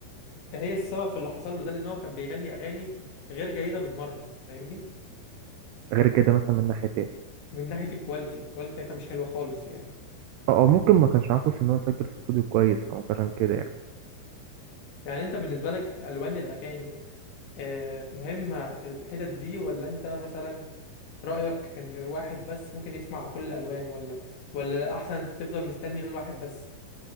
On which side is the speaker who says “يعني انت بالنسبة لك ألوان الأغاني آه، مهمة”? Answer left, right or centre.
Left